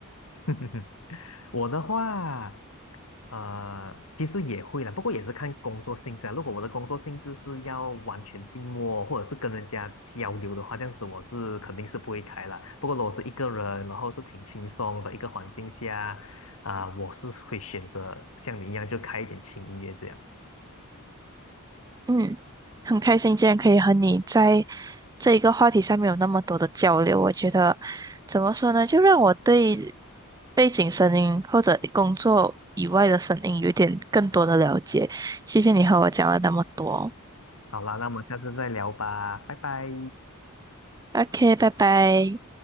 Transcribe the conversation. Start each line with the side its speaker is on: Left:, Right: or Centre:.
Left: <laughs> 我的话，呃，其实也会了，不过也是看工作性质啊。如果我的工作性质是要完全静默，或者是跟人家交流的话，这样子我是肯定是不会开了。不过如果是一个人，然后是挺轻松的一个环境下，啊、我是会选择像你一样就开一点轻音乐这样。
Right: 嗯，很开心今天可以和你在这一个话题上面有那么多的交流。我觉得怎么说呢，就让我对背景声音或者工作以外的声音有一点更多的了解。谢谢你和我讲了那么多。
Left: 好啦，那我们下次再聊吧，拜拜。
Right: OK，拜拜。